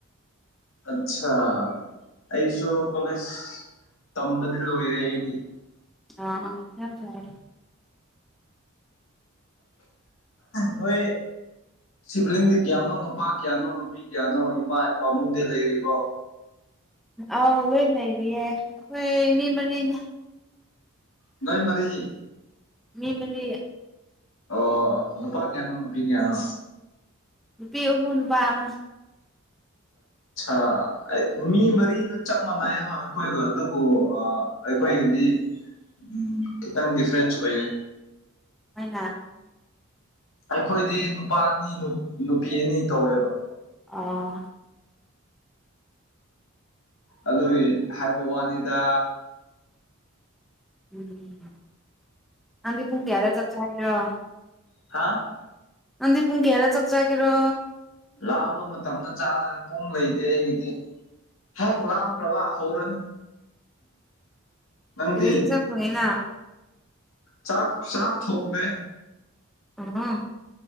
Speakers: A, on the left; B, in the centre.
A: ꯑꯠꯆꯥꯥ ꯑꯩꯁꯨ ꯀꯣꯂꯦꯖ ꯇꯝꯕꯗꯤ ꯂꯣꯏꯔꯦ ꯑꯩꯗꯤ꯫
B: ꯑ ꯌꯥꯝ ꯐꯔꯦ꯫
A: ꯅꯣꯏ ꯁꯤꯕ꯭ꯂꯤꯡꯗꯤ ꯀꯌꯥꯅꯣ ꯅꯨꯄꯥ ꯀꯌꯥꯅꯣ ꯅꯨꯄꯤ ꯀꯌꯥꯅꯣ ꯏꯃꯥ ꯏꯄꯥꯥꯃꯨꯡꯗꯤ ꯂꯩꯔꯤꯕꯣ
B: ꯑꯥꯎ ꯂꯣꯏ ꯂꯩꯔꯤꯌꯦ ꯑꯩꯈꯣꯏ ꯃꯤ ꯃꯔꯤꯅ
A: ꯅꯣꯏ ꯃꯔꯤ꯫
B: ꯃꯤ ꯃꯔꯤ꯫
A: ꯑꯣ ꯅꯨꯄꯥ ꯀꯌꯥꯅꯣ ꯅꯨꯄꯤ ꯀꯌꯥꯅꯣ꯫
B: ꯅꯨꯄꯤ ꯑꯍꯨꯝ ꯅꯨꯄꯥ ꯑꯃ꯫
A: ꯑ ꯃꯤ ꯃꯔꯤꯗ ꯆꯞ ꯃꯥꯟꯅꯩ ꯑꯃ ꯑꯩꯈꯣꯏꯒ ꯑꯗꯨꯕꯨ ꯑꯩꯈꯣꯏꯒꯤꯗꯤ꯫ ꯎꯝ ꯈꯤꯇꯪ ꯗꯤꯐ꯭ꯔꯦꯟꯁ ꯑꯣꯏꯌꯦ
B: ꯃꯥꯏꯅ
A: ꯑꯩꯈꯣꯏꯗꯤ ꯅꯨꯄꯥ ꯑꯅꯤ ꯅꯨꯄꯤ ꯑꯅꯤ ꯇꯧꯋꯦꯕ
B: ꯑꯣ꯫
A: ꯑꯗꯨꯒꯤ ꯍꯥꯏꯕ ꯋꯥꯅꯤꯗ
B: ꯎꯝ ꯑꯗꯤ ꯄꯨꯡ ꯀꯌꯥ ꯍꯥꯏꯔ ꯆ ꯆꯔꯔ
A: ꯍꯥꯥ
B: ꯑꯟꯗꯤ ꯄꯨꯨꯡ ꯀ ꯌꯥꯔ ꯆꯠꯆꯥꯒꯤꯔꯣ
A: ꯂꯥꯝꯕ ꯃꯇꯝꯗ ꯆꯥꯗꯔ ꯄꯨꯡ ꯂꯩꯇꯦ ꯑꯩꯒꯤꯗꯤ꯫ ꯍꯦꯛ ꯂꯥꯝꯕ꯭ꯔꯕ
B: ꯑꯥ
A: ꯍꯧꯔꯅꯤ꯫ ꯅꯪꯗꯤ
B: ꯀꯔꯤ ꯏꯟꯁꯥꯡ ꯊꯣꯡꯉꯤ ꯅꯪ
A: ꯆꯥꯛ ꯆꯥꯛ ꯊꯣꯡꯕꯦ
B: ꯎꯝ꯫